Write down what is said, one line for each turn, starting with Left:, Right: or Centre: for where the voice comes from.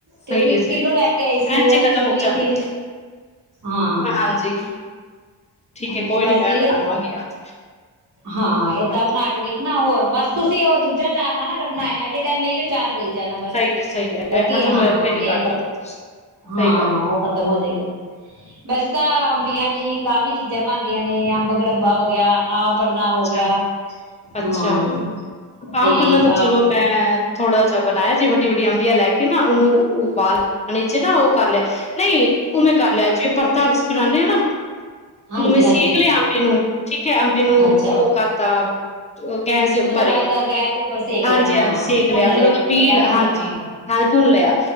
Right: ਤੇ
Left: ਸਹੀ
Right: ਵੀ
Left: ਹੈ, ਸਹੀ
Right: ਇੱਕ ਕਿੱਲੋ
Left: ਹੈ,
Right: ਲੈ ਕੇ ਆਈ ਸੀ,
Left: ਐਂਜ
Right: ਉਹਦੇ
Left: ਈ ਖਤਮ
Right: ਚੋਂ
Left: ਹੋ
Right: ਵੀ
Left: ਜਾਂਦੀ
Right: ਤਿੰਨ, ਹਾਂ
Left: ਹਾਂਜੀ, ਠੀਕ ਹੈ ਕੋਈ
Right: ਤੇ ਬਸ
Left: ਨੀ ਮੈਂ
Right: ਇਹੀ
Left: ਬਣਾਵਾਂਗੀ ਅੱਜ
Right: ਹਾਂ, ਏਦਾਂ
Left: ਹਾਂਜੀ।
Right: ਬਣਾ ਕੇ ਦੇਖ ਹੋਰ ਬਸ ਤੁਸੀਂ ਉਹ ਦੂਜਾ ਚਾਰ ਨਾਲ ਨਾ ਕੱਢਨਾ ਇਹ ਫੇਰ ਇਸ ਟਾਈਮ ਇਹੀਓ ਚਾਰ ਦੇਈ ਜਾਣਾ ਬਸ,
Left: ਸਹੀ ਹੈ, ਸਹੀ ਹੈ,
Right: ਕਿਉਂਕਿ
Left: ਇਹ ਖਤਮ
Right: ਹਾਂ
Left: ਹੋਇਆ ਫੇਰ ਹੀ
Right: ਇਹ
Left: ਕੱਢ ਲਾਂਗੇ ਤੁਸੀਂ ਸਹੀ
Right: ਹਾਂ
Left: ਗੱਲ ਹੈ,
Right: ਉਹ ਖਤਮ ਹੋ ਜਾਏਗਾ, ਵੈਸੇ ਤਾਂ ਅੰਬੀਆਂ ਦੀ ਕਾਫ਼ੀ ਚੀਜ਼ਾਂ ਬਣਦੀਆਂ ਨੇ, ਅੰਬ ਗੜੰਬਾ ਹੋ ਗਿਆ। ਆਪ ਪੰਨਾ ਹੋ
Left: ਅੱਛਾ,
Right: ਗਿਆ।
Left: ਅੱਛਾ,
Right: ਹਾਂ
Left: ਆਮ
Right: ਤੇ
Left: ਪਂਨਾ ਤਾਂ
Right: ਆਮ
Left: ਚਲੋ ਮੈਂ ਥੋੜਾ ਜਿਹਾ ਬਣਾਇਆ ਜੀ, ਵੱਡੀ- ਵੱਡੀ ਅੰਬੀਆਂ ਲੈ ਕੇ ਨਾ ਉਹਨੂੰ ੳਬਾਲ ਪਾਣੀ 'ਚ ਨਾ ਉਹ ਕਰ ਲਿਆ ਨਹੀਂ ਉਵੇਂ ਕਰ ਲਿਆ ਜੀ। ਪਰਤਾ ਅਸੀਂ ਬਨਾਦੇ ਹਾਂ ਨਾ,
Right: ਹਾਂਜੀ
Left: ਹੁਵੇਂ
Right: ਹਾਂਜੀ
Left: ਸੇਖ ਲਿਆ। ਅੰਬੀ ਨੂੰ, ਠੀਕ ਹੈ, ਅੰਬੀ ਨੂੰ
Right: ਅੱਛਾ
Left: ਫ ਉਹ ਕਰਤਾ ਗੈਸ ਦੇ ਉੱਪਰ
Right: ਮਤਲਬ
Left: ਹੀ
Right: ਤਾਂ ਗੈਸ ਦੇ ਉੱਪਰ ਸੇਕ
Left: ਹਾਂਜੀ-
Right: ਲਿਆ ਹਾਂ
Left: ਹਾਂਜੀ ਸੇਕ
Right: ਭੁੰਨ
Left: ਲਿਆ ਫੇਰ ਉਹਦਾ
Right: ਮਤਲਬ
Left: ਪੀਲ,
Right: ਕਹਿਣ
Left: ਹਾਂਜੀ-
Right: ਦਾ ਮਤਲਬ ਹਾਂ
Left: ਹਾਂਜੀ ਭੁੰਨ ਲਿਆ।